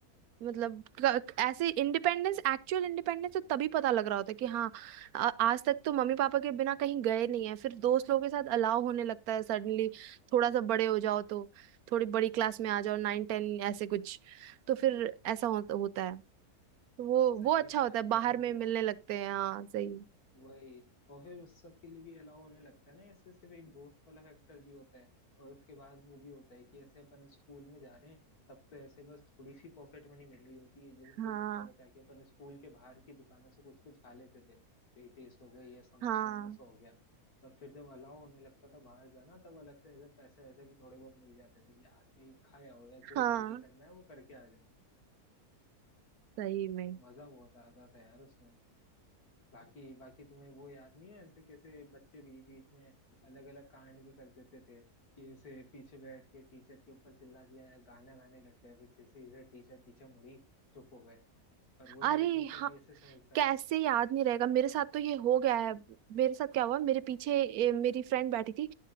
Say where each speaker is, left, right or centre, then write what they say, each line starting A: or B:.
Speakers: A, on the right (about 75°); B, on the left (about 75°).
A: मतलब क- क- ऐसे इंडिपेंडेंस एक्चुअल इंडिपेंडेंस तो तभी पता लग रहा होता है कि हाँ आ, आज तक तो मम्मी पापा के बिना कहीं गए नहीं है फिर दोस्त लोगों के साथ अलाव होने लगता है सडनली थोड़ा सा बड़े हो जाओ तो थोड़ी बड़ी क्लास में आ जाओ नाइन टेन ऐसे कुछ तो फिर ऐसा हो, होता है तो वो
B: सही
A: वो अच्छा
B: में
A: होता
B: यार
A: है बाहर
B: मजा तो
A: में
B: बहुत
A: मिलने
B: आ
A: लगते हैं हाँ सही
B: वही और फिर उस सब के लिए भी अलाउ होने लगता है ना ऐसे सिर्फ एक दोस्त वाला फैक्टर भी होता है और उसके बाद वो भी होता है कि ऐसे अपन स्कूल में जा रहे हैं तब तो ऐसे बस थोड़ी सी पॉकेट मनी मिल रही होती है जिस
A: हाँ
B: जो बचा बचा के अपन स्कूल के बाहर की दुकानों से कुछ कुछ खा लेते थे पेटीज हो गई या समोसा
A: हाँ
B: वमोसा हो गया पर फिर जब अलाउ होने लगता था बाहर जाना तब अलग से ऐसे पैसे वैसे भी थोड़े बहुत मिल जाते थे कि आज भाई खाया हो या जो
A: हाँ
B: मर्जी करना है वो करके आ जाओ
A: सही में
B: मजा बहुत आता था यार उसमें बाकी बाकी तुम्हें वो याद नहीं है ऐसे कैसे बच्चे बीच बीच में अलग अलग कांड भी कर देते थे कि ऐसे पीछे बैठ के टीचर के ऊपर चिल्ला दिया या गाना गाने लग गया फिर जैसे इसे टीचर पीछे मुड़ी चुप हो गए पर वही
A: अरे
B: है टीचर
A: हाँ
B: भी ऐसे समझदार
A: कैसे
B: थे
A: याद नहीं रहेगा मेरे साथ तो ये हो गया है मेरे साथ क्या हुआ मेरे पीछे ए, मेरी फ्रेंड बैठी थी